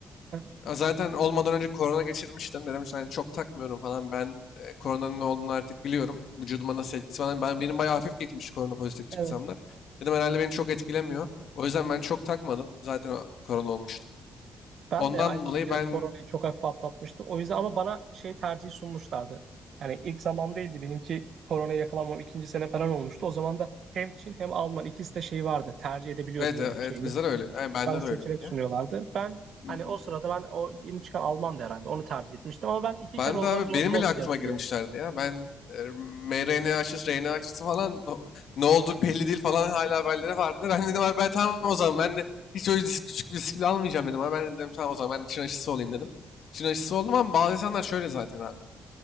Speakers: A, on the right (about 60°); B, on the left (about 65°).
A: aha.
B: Ya Zaten olmadan önce korona geçirmiştim. Dedim yani çok takmıyorum falan. Ben e, koronanın ne olduğunu artık biliyorum. Vücuduma nasıl etkisi falan. Ben, benim bayağı hafif geçmişti korona pozitif çıksam
A: Evet.
B: da. Dedim herhalde beni çok etkilemiyor. O yüzden ben çok takmadım. Zaten o- korona olmuştum.
A: Ben
B: Ondan
A: de aynı şekilde
B: dolayı ben
A: koronayı çok hafif atlatmıştım. O yüzden ama bana şey tercihi sunmuşlardı. Yani ilk zamandaydı benimki koronaya yakalanmam ikinci sene falan olmuştu. O zaman da hem Çin hem Alman ikisi de şey vardı. Tercih edebiliyordum
B: evet e-
A: benim
B: evet
A: şeyimi.
B: bizler öyle. Yani bende
A: Bana seçenek
B: de öyleydi
A: sunuyorlardı. Ben
B: ya.
A: hani o sırada ben o yeni çıkan Alman'dı herhalde. Onu tercih etmiştim ama ben iki
B: Ben
A: kere olmak
B: de abi
A: zorunda
B: benim
A: oldum
B: bile aklıma
A: diye hatırlıyorum.
B: girmişlerdi ya. Ben e, mRNA aşısı, RNA aşısı falan o- ne oldu belli değil falan hala haberleri vardı. Ben dedim abi ben tamam o zaman ben de hiç öyle risk, küçük bir risk bile almayacağım dedim. Abi ben dedim tamam o zaman ben de Çin aşısı olayım dedim. Çin aşısı oldum ama bazı insanlar şöyle zaten abi.